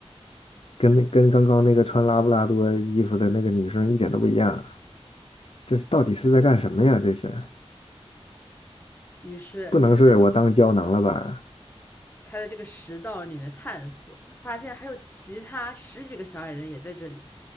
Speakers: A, on the left; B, on the left.
A: 跟那跟刚刚那个穿拉布拉多衣服的那个女生一点都不一样。这是到底是在干什么呀？这是
B: 于是他
A: 不能是我当胶囊了吧？
B: 他在这个食道里面探索，发现还有其他十几个小矮人也在这里，